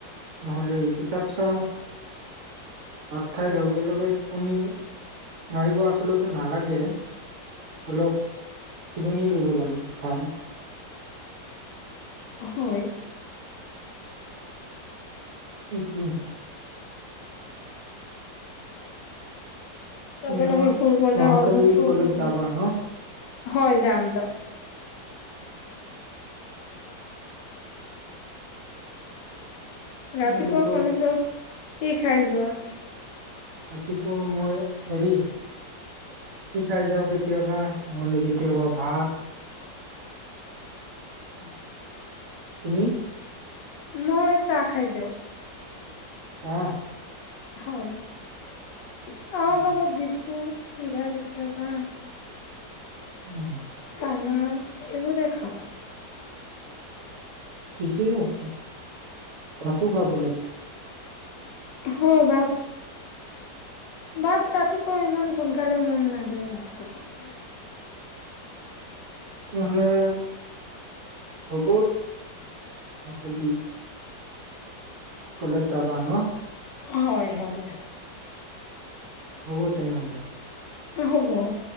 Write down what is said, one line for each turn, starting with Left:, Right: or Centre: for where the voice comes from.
Right: নহ'লে কিতাপ চাওঁ। ভাত খাই লগে-লগে টোপনি মাৰিব আচলতে নালাগে, অলপ জিৰণি লব লাগে খাই।
Left: হয়।
Right: উটো
Left: লগে-লগে
Right: উম,
Left: শুই গলে
Right: অহাকালি
Left: হজমটো
Right: কলেজ
Left: <unintelligible>
Right: যাবা ন?
Left: হয়, যাম-যাম।
Right: তোমালোকক
Left: ৰাতিপুৱা কলেজত এক খাই যোৱা
Right: ৰাতিপুৱা মই হেৰি ৰাতি চাই যাওঁ কেতিয়াবা নহলে কেতিয়াবা ভাত তুমি
Left: মই চাহ খাই যাওঁ
Right: চাহ
Left: হয় চাহৰ
Right: উম
Left: লগত বিস্কুট চিৰা কেতিয়াবা
Right: উম,
Left: চানা এইবোৰে খাও
Right: ঠিকেই আছে ভাতো খাব লাগে।
Left: হয় বাট ভাত ৰাতিপুৱা ইমান সোনকালে মন নাযায় ভাত খাবৰ কাৰণে,
Right: তেতিয়াহলে হ'ব আ দি কলেজ যাবা ন
Left: হয় হয়
Right: অ হ'ব তেনে
Left: হ'ব হ'ব